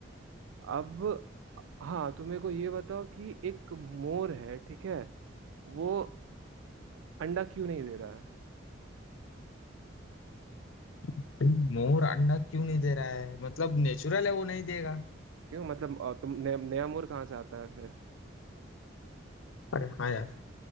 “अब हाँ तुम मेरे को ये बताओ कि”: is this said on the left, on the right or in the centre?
Right